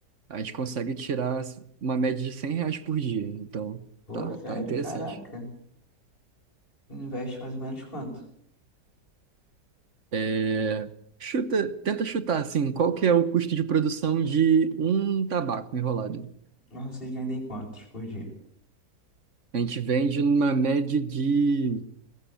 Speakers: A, on the right; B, on the left.
A: A gente consegue tirar uma média de 100 reais por dia. Então,
B: Pô,
A: tá,
B: sério?
A: tá interessante.
B: Caraca. Investe mais ou menos quanto?
A: É, chuta, tenta chutar, assim, qual que é o custo de produção de um tabaco enrolado?
B: Mas vocês vendem quantos por dia?
A: A gente vende numa média de